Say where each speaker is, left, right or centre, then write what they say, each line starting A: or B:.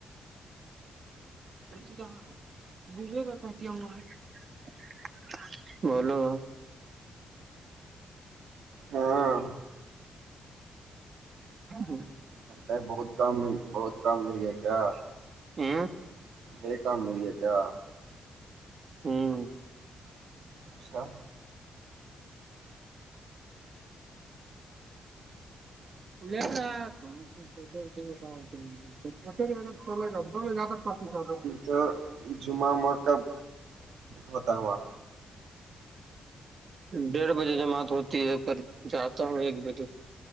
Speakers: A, on the right (about 55°); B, on the right (about 80°).
A: بولو
B: ہاں
A: ہاں ہاں
B: چلتا ہے بہت کم بہت کم مل گیا کیا
A: ہمم
B: یہی کام ملی ہے کیا
A: ہوں
B: اچھا
A: <unintelligible> <unintelligible>
B: تو جمعہ کب ہوتا وہاں
A: ڈیڑھ بجے جماعت ہوتی ہے پر جاتا ہوں ایک بجے